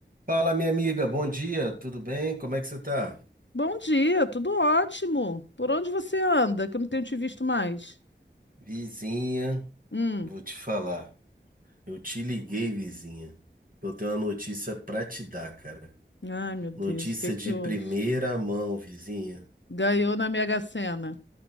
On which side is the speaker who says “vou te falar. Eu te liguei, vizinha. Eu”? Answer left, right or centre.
Right